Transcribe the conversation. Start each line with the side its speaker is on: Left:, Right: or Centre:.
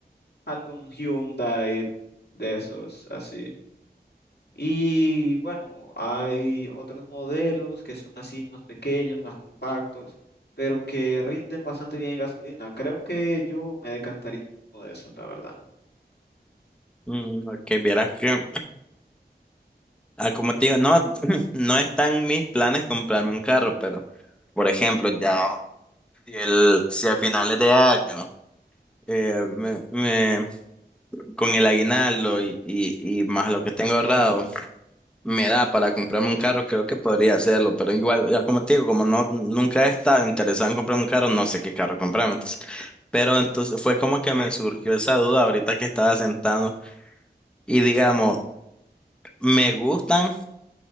Left: algún Hyundai de esos, así. Y bueno, hay otros modelos que son así más pequeños, más compactos, pero que rinden bastante bien en gasolina. Creo que yo me decantaría por uno de esos, la verdad.
Centre: Mm, ok, vieras que, ah, como te digo, no, <laughs> <clears throat> no están mis planes comprarme un carro, pero, por ejemplo, ya, si, el, si a finales de año, eh, me, me- con el aguinaldo y, y, y más lo que tengo ahorrado, me da para comprarme un carro, creo que podría hacerlo, pero igual, ya como te digo, como no, nunca he estado interesado en comprarme un carro, no sé qué carro comprarme, entonces, pero entonces fue como que me surgió esa duda ahorita que estaba sentado y digamos, me gustan,